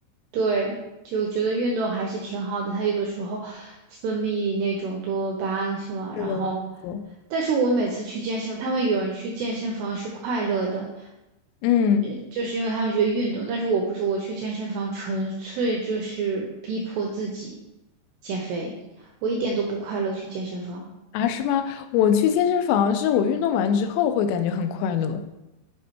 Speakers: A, on the right; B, on the left.
A: 对，就觉得运动还是挺好的，他有的时候分泌那种多巴胺是吧？
B: 这个怎么说。
A: 然后，但是我每次去健身，他们有人去健身房是快乐的，
B: 嗯
A: 呃就是因为他们觉得运动，但是我不是，我去健身房纯粹就是逼迫自己减肥，我一点都不快乐去健身房。
B: 啊是吗？我去健身房是我运动完之后会感觉很快乐，